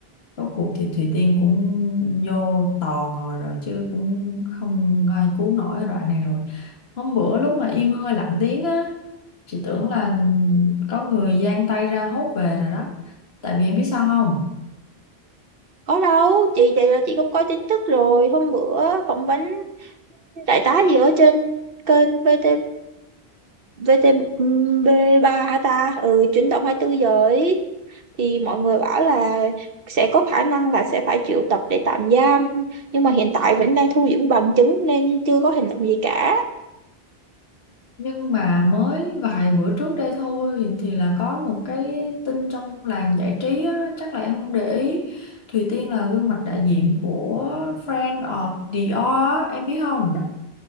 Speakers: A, on the left; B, on the right.
A: rốt cuộc thì Thùy Tiên cũng vô tò ngồi rồi chứ cũng không ai cứu nổi cái đoạn này rồi hôm bữa lúc mà im hơi lặng tiếng á chị tưởng là có người giang tay ra hốt về rồi đó tại vì em biết sao không
B: có đâu chị vậy là chị không có tin tức rồi hôm bữa phỏng vấn đại tá gì ở trên kênh VT VTV3 hả ta ừ chuyển động 24 giờ ấy thì mọi người bảo là sẽ có khả năng là sẽ phải triệu tập để tạm giam nhưng mà hiện tại vẫn đang thu dưỡng bằng chứng nên chưa có hành động gì cả
A: nhưng mà mới vài bữa trước đây thôi thì là có một cái tin trong làng giải trí á, chắc là em không để ý Thùy Tiên là gương mặt đại diện của Friend of Dior á, em biết không